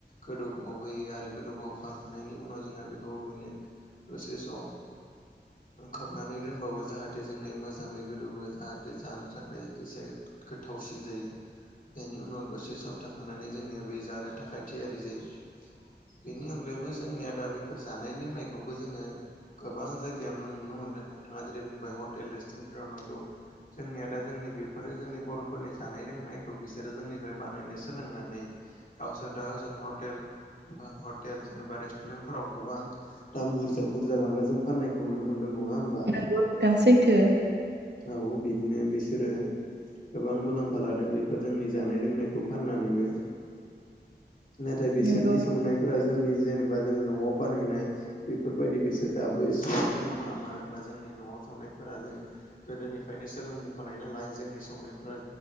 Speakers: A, on the left; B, on the right.
A: गोदौ बावहोयो आरो गोदौ बावखांहोनायनि उनाव जोंहा बेखौ रुयनो दसे सम खोबनानै दोनबावो जाहाथे जोंनि मोजाङै गोदौवो जाहा दे जानो थाखाय एसे गोथावसिन जायो बेनि उनाव दसे सम थाखांनानै जोंनिया बे जानो थाखाय थियारि जायो बेनि अनगायैबो जोंनिया दा बेफोर जानाय लोंनायखौबो जोङो गोबां जायगायावनो नुनो मोनदों नोंथाङा जेरै बुंबाय हटेल रेस्टुरेन्टफ्राव नोंगौ जोंनिया दा जोंनि बेफोरो जोंनि बर'फोरनि जानाय रोंनायखौ बिसोरो जोंनिफ्राय बानायनो सोलोंनानै गावसोर दाहोजों हटेल हटेल जेनेबा रेस्टुरेन्टफोराव गोबां दाम बुरजा बुरजा लाना जों फाननायखौ नुनो मोन्दों नङा होम
B: नोंगौ नोंथां सैथो
A: औ बिदिनो बिसोरो गोबां मुलाम्फा लादों बेफोर जोंनि जानाय लोंनायखौ फाननानैबो नाथाय बेसोरनि
B: नंगौ
A: संनायफोरा जोंनि जेनेबा जोङो न'आव बानायनाय बेफोरबायदि बिसोर दा बै एसेबां रोंबाङा मानो होनबा जोंनि न'आव थांनायफोरा जोङो गोदोनि फ्रायनो सोलोंबोखानाय नालाय जोंनि संनायफोरा